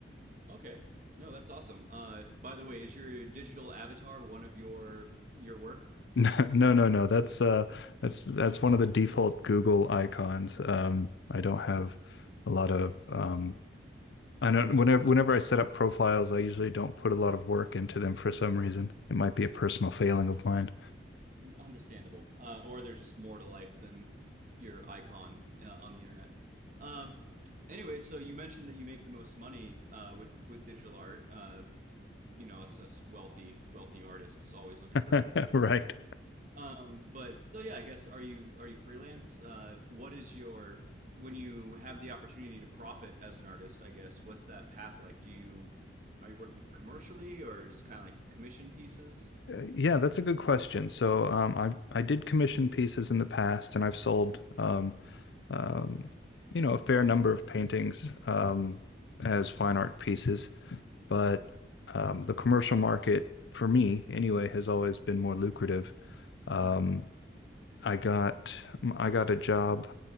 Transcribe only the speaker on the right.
Okay. No, that's awesome. Uh, by the way, is your digital avatar one of your your work?
Understandable. Uh, or there's just more to life than your icon uh, on the internet. Um, anyway, so you mentioned that you make the most money uh, with with digital art. Uh, you know, us, us wealthy wealthy artists always looking
for a.
Um, but so yeah, I guess are you are you freelance? Uh, what is your when you have the opportunity to profit as an artist? I guess what's that path like? Do you are you working commercially or just kind of like commission pieces?
Mm.